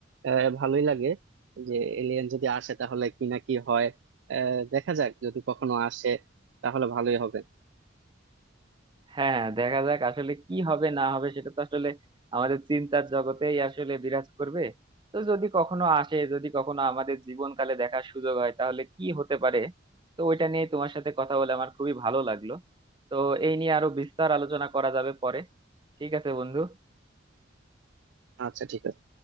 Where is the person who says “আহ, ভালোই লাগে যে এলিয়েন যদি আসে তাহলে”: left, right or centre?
Right